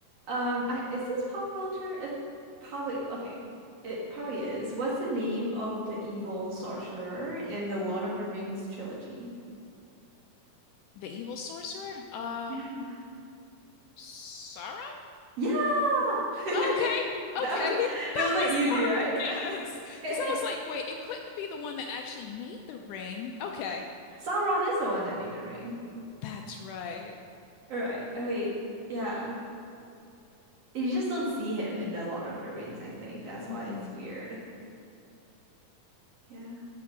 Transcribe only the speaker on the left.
The evil sorcerer? Uh
Sauron?
Okay,
okay.
<laughs> That
was
more
of a guess. Because
I was like, wait, it couldn't be the one that actually made the ring. Okay.
That's right.
Mm-mm.